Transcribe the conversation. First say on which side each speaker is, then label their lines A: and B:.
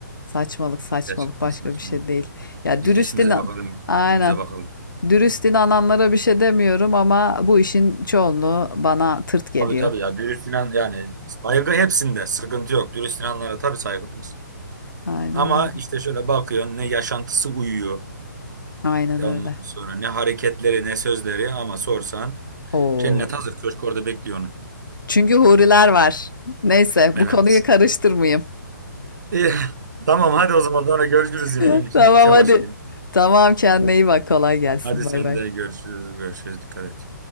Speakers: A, on the left; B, on the right.
A: Saçmalık saçmalık
B: Gerçekten
A: başka
B: saçmalık.
A: bir şey değil. Ya
B: Biz
A: dürüst
B: işimize
A: inan.
B: bakalım,
A: Aynen.
B: gücümüze bakalım.
A: Dürüst inananlara bir şey demiyorum ama bu işin çoğunluğu bana tırt geliyor.
B: Tabii tabii ya dürüst inan yani saygı hepsinde sıkıntı yok. Dürüst inanlara tabii saygılıyız.
A: Aynen
B: Ama
A: öyle.
B: işte şöyle bakıyorsun ne yaşantısı uyuyor.
A: Aynen
B: E
A: öyle.
B: Ondan sonra ne hareketleri ne sözleri ama sorsan
A: Oo.
B: cennet hazır köşk orada bekliyor onu.
A: Çünkü huriler var. Neyse
B: Evet.
A: bu konuyu karıştırmayayım.
B: Eh, <laughs> tamam hadi o zaman sonra görüşürüz yine.
A: <laughs>
B: Ben şimdi
A: Tamam
B: işe
A: hadi.
B: başlayayım.
A: Tamam kendine
B: Tamam.
A: iyi bak kolay gelsin.
B: Hadi sen
A: Bay bay.
B: de görüşürüz. Görüşürüz. Dikkat et.